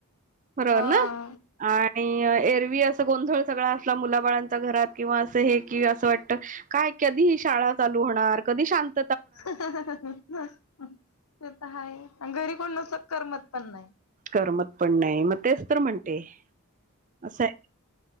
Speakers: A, on the right (about 35°); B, on the left (about 80°).
A: बरोबर
B: हा
A: ना आणि एरवी असं गोंधळ सगळा असला मुलाबाळांच्या घरात किंवा असं हे कि असं वाट काय कधी ही शाळा चालू होणार कधी शांत
B: ते तर हायच अन् घरी कोण नसलं तर करमत पण नाही
A: करमत पण नाही मग तेच तर म्हणते असं आहे